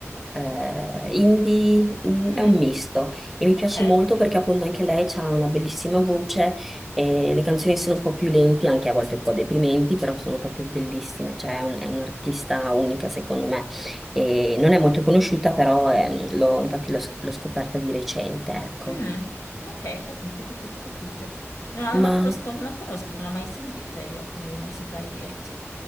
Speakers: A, in the centre; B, on the left.
A: eh, indie, mm,
B: mm.
A: è un misto e mi
B: Ok,
A: piace molto perché appunto anche lei ha una bellissima voce e le canzoni sono un po' più lenti, anche a volte un po' deprimenti, però sono proprio bellissime, cioè è un- è un'artista unica secondo me. E non è molto conosciuta, però ehm, l'ho- infatti l'ho sc- l'ho scoperta di recente, ecco.
B: mm, ok, capite, capite, capite. No, non
A: Ma
B: la conosco, non la conosco, non l'ho mai sentita io, quindi non saprei dirti.